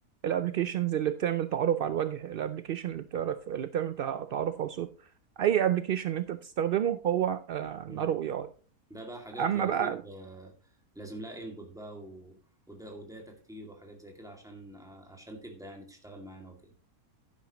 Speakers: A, on the right; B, in the centre.
A: الابلكيشنز اللي بتعمل تعرف على الوجه الابلكيشن اللي بتعرف اللي بتعمل تع- تعرف على الصوت اي ابلكيشن انت بتستخدمه هو
B: مم.
A: نارو اي اي
B: ده بقى حاجات
A: اما
B: زي
A: بقى
B: دي ب- لازم لها انبوت بقى و... وده وداتا كتير وحاجات زي كده عشان عشان تبدا يعني تشتغل معانا وكده